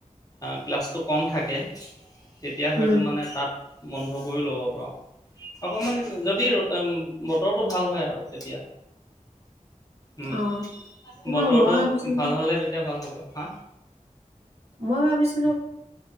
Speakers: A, on the left (about 25°); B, on the right (about 50°).
A: ক্লাছটো কম থাকে তেতিয়া হয়তো
B: উম,
A: মানে তাত বন্ধ কৰি ল'ব পাৰো অকণমান যদি বতৰটো ভাল হয় আৰু তেতিয়া উম
B: অ', নহয়
A: বতৰটো
B: মই ভাবিছিলো
A: ভাল হলে তেতিয়া ভাল হ'ব হা
B: মই ভাবিছিলো